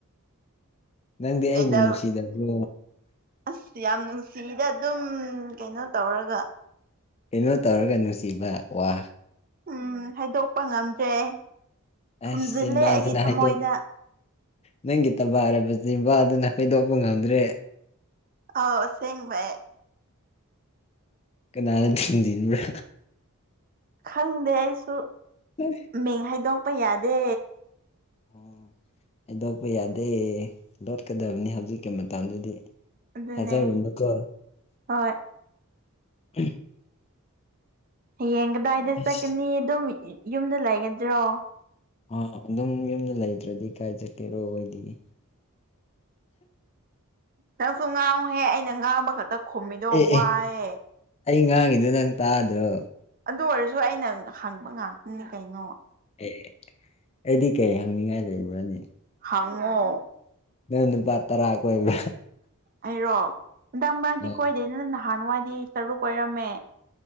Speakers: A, on the left (about 25°); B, on the right (about 40°).
A: ꯅꯪꯗꯤ ꯑꯩꯕꯨ
B: ꯀꯩꯗꯧ
A: ꯅꯨꯡꯁꯤꯗꯕ꯭ꯔꯣ?
B: ꯑꯁ ꯌꯥꯝ ꯅꯨꯡꯁꯤꯗ ꯑꯗꯨꯝ ꯀꯩꯅꯣ ꯇꯧꯔꯒ
A: ꯀꯩꯅꯣ ꯇꯧꯔꯒ ꯅꯨꯡꯁꯤꯕ ꯋꯥ
B: ꯎꯝ ꯍꯥꯏꯗꯣꯛꯄ ꯉꯝꯗ꯭ꯔꯦ ꯐꯨꯝꯖꯤꯜꯂꯦ
A: ꯑꯁ ꯆꯤꯟꯕꯥꯁꯤꯅ
B: ꯑꯩꯒꯤ ꯊꯃꯣꯏꯗ꯫
A: ꯍꯥꯏꯗꯣꯛ ꯅꯪꯒꯤ ꯇꯕꯥꯔꯕ ꯆꯤꯝꯕꯥꯜ ꯗꯨꯅ ꯍꯥꯏꯗꯣꯛꯄ ꯉꯝꯗ꯭ꯔꯦ꯫
B: ꯑꯥꯎ ꯑꯁꯦꯡ ꯕꯩ꯫
A: ꯀꯅꯥꯅ ꯊꯤꯟꯖꯤꯟꯕ꯭ꯔꯥ
B: ꯈꯪꯗꯦ ꯑꯩꯁꯨ꯫
A: ꯑꯦ꯫
B: ꯃꯤꯡ ꯍꯥꯏꯗꯣꯛꯄ ꯌꯥꯗꯦ꯫
A: ꯑꯣ ꯑꯩꯗꯣꯛꯄ ꯌꯥꯗꯦ ꯂꯣꯠꯀꯗꯕꯅꯤ ꯍꯧꯖꯤꯛꯀꯤ ꯃꯇꯝꯗꯗꯤ꯫
B: ꯑꯗꯨꯅꯦ
A: ꯊꯖꯔꯨꯅꯨ ꯀꯣ꯫
B: ꯍꯣꯏ
A: ꯎꯝ꯫
B: ꯍꯌꯦꯡ ꯀꯗꯥꯏꯗ
A: ꯑꯁ
B: ꯆꯠꯀꯅꯤ ꯑꯗꯨꯝ ꯌꯨꯝꯗ ꯂꯩꯒꯗ꯭ꯔꯣ?
A: ꯑ ꯑꯗꯨꯝ ꯌꯨꯝꯗ ꯂꯩꯇ꯭ꯔꯗꯤ ꯀꯥꯏ ꯆꯠꯀꯦꯔꯣ ꯑꯣꯏꯗꯤ?
B: ꯅꯪꯁꯨ ꯉꯥꯡꯉꯨ ꯍꯦ ꯑꯩꯅ ꯉꯥꯡꯕ ꯈꯛꯇ ꯈꯨꯝꯃꯤꯗꯣ
A: ꯑꯦ
B: ꯋꯥꯏꯑꯦ꯫
A: ꯑꯦ ꯑꯩ ꯉꯥꯡꯉꯤꯗꯣ ꯅꯪ ꯇꯥꯗ꯭ꯔꯣ?
B: ꯑꯗꯨ ꯑꯣꯏꯔꯁꯨ ꯑꯩꯅ ꯍꯪꯕ ꯉꯥꯛꯇꯅꯤ ꯀꯩꯅꯣ
A: ꯑꯦ ꯑꯩꯗꯤ ꯀꯩ ꯍꯪꯅꯤꯡꯉꯥꯏ ꯂꯩꯕ꯭ꯔꯅꯦ
B: ꯍꯥꯡꯉꯣ
A: ꯅꯪ ꯅꯨꯄꯥ ꯇꯔꯥ ꯀꯣꯏꯕ꯭ꯔꯥ
B: ꯑꯩꯔꯣ ꯍꯟꯗꯛ ꯃꯔꯛꯇꯤ
A: ꯑꯥ
B: ꯀꯣꯏꯗꯦꯅ ꯅꯍꯥꯟꯋꯥꯏꯗꯤ ꯇꯔꯨꯛ ꯀꯣꯏꯔꯝꯃ‌ꯦ